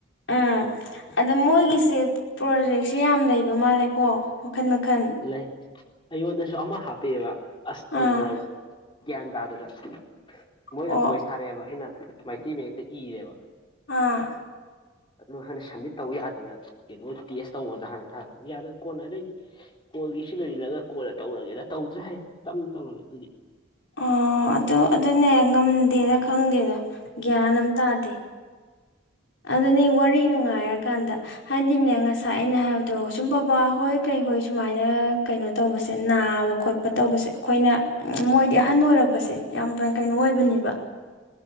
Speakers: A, on the left; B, on the left.
A: ꯎꯝ ꯑꯗ ꯃꯣꯏꯒꯤꯁꯦ ꯄ꯭ꯔꯣꯖꯦꯛꯁꯦ ꯌꯥꯝ ꯂꯩꯕ ꯃꯥꯜꯂꯦꯀꯣ ꯃꯈꯟ ꯃꯈꯟ
B: ꯂꯩ ꯑꯩꯉꯣꯟꯗꯁꯨ ꯑꯃ ꯍꯥꯞꯄꯑꯦꯕ ꯑꯁ ꯇꯧꯗ꯭ꯔꯕꯅꯤ
A: ꯑꯥ
B: ꯒ꯭ꯌꯥꯟ ꯇꯥꯗꯦꯗ ꯃꯣꯏꯅ
A: ꯑꯣ
B: ꯚꯣꯏꯁ ꯊꯥꯔꯛꯑꯦꯕ ꯑꯩꯅ ꯃꯩꯇꯩ ꯃꯌꯦꯛꯇ ꯏꯔꯦꯕ
A: ꯑꯥ
B: ꯑꯗꯨ ꯍꯥꯟꯅ ꯁꯝꯃꯤꯠ ꯇꯧ ꯌꯥꯗ ꯗ ꯀꯩꯅꯣ ꯇꯦꯁ ꯇꯧꯕꯗ ꯍꯥꯟꯅ ꯊꯥꯔꯛꯄ ꯌꯥꯗ ꯀꯣꯟꯅ ꯑꯗꯩꯗꯤ ꯀꯣꯜꯒꯤ ꯁꯤ ꯂꯣꯏꯁꯤꯜꯂꯒ ꯀꯣꯜꯅ ꯇꯧꯔꯒꯦꯅ ꯇꯧꯗ꯭ꯔꯦ ꯍꯩ ꯇꯞꯅ ꯇꯧꯔꯒꯦ ꯑꯗꯨꯗꯤ
A: ꯑꯣ ꯑꯗꯨ ꯑꯗꯨꯅꯦ ꯉꯝꯗꯦꯅ ꯈꯪꯗꯦꯗ ꯒ꯭ꯌꯥꯟ
B: ꯎꯝ
A: ꯑꯃ ꯇꯥꯗꯦ ꯑꯗꯨꯅꯤ ꯋꯥꯔꯤ ꯅꯨꯡꯉꯥꯏꯔꯀꯥꯟꯗ ꯍꯥꯏꯗꯤꯅꯦ ꯉꯁꯥꯏ ꯑꯩꯅ ꯍꯥꯏꯕ ꯑꯗꯣ ꯁꯨꯝ ꯕꯕꯥ ꯍꯣꯏ ꯀꯩ ꯍꯣꯏ ꯁꯨꯃꯥꯏꯅ ꯀꯩꯅꯣ ꯇꯧꯕꯁꯦ ꯅꯥꯕ ꯈꯣꯠꯄ ꯇꯧꯕꯁꯦ ꯑꯩꯈꯣꯏꯅ
B: ꯎꯝ
A: ꯃꯣꯏꯗꯤ ꯑꯍꯟ ꯑꯣꯏꯔꯛꯄꯁꯦ ꯌꯥꯝ ꯀꯩꯅꯣ ꯑꯣꯏꯕꯅꯦꯕ